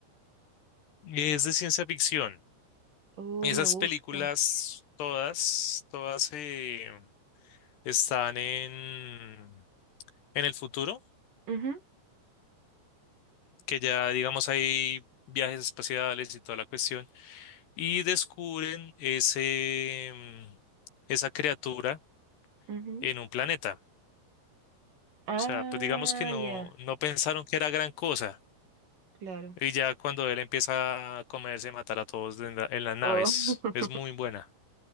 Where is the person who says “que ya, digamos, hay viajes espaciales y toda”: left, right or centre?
Left